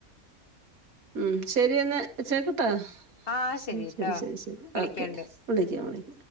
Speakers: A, on the right; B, on the left.
A: ഉം ശരിയെന്നാ വെച്ചേക്കട്ടേ
B: ആഹ്
A: ശെരി
B: ശരിട്ടോ
A: ശെരി ശെരി ശെരി
B: വിളിക്കണ്ട്
A: ഓക്കെ <unintelligible>